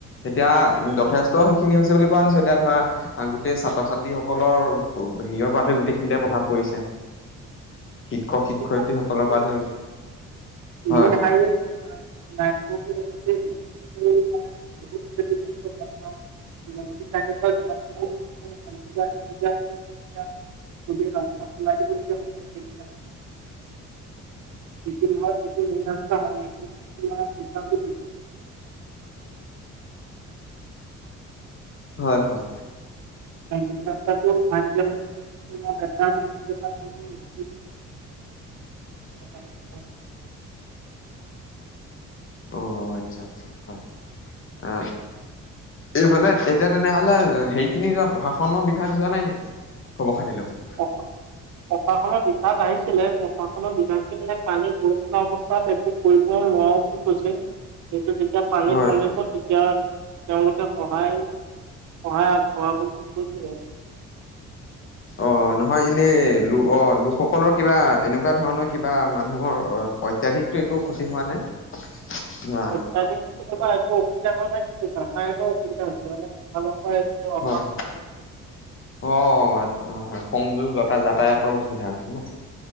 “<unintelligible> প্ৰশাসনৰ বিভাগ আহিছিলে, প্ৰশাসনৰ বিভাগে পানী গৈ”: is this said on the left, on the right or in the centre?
Right